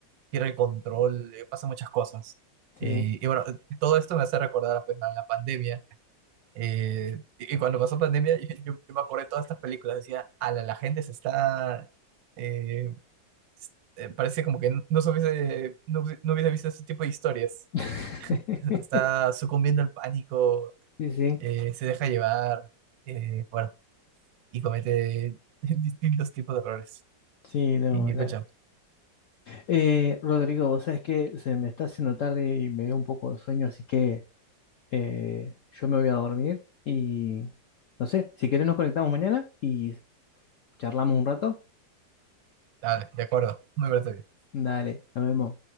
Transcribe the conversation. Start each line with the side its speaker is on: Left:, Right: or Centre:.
Right: pierde el control, eh, pasan muchas cosas.
Left: sí.
Right: Y, y bueno, todo esto me hace recordar pues, a la pandemia. eh, y, y cuando pasó pandemia, <laughs> yo, yo me acordé de todas estas películas, decía, a la, la gente se está... eh, eh, parece como que no, se hubiese, no, hubiese- no hubiese visto ese tipo de historias.
Left: <laughs>
Right: está sucumbiendo al pánico,
Left: Sí, sí,
Right: eh, se deja llevar, eh, bueno, y comete <laughs> distintos tipos de errores.
Left: sí, no,
Right: Y
Left: la-
Right: pucha,
Left: Eh, Rodrigo, vos sabés que se me está haciendo tarde y me dio un poco de sueño, así que eh, yo me voy a dormir y no sé, si querés nos conectamos mañana y charlamos un rato.
Right: dale, de acuerdo, me parece bien.
Left: Dale, nos vemos.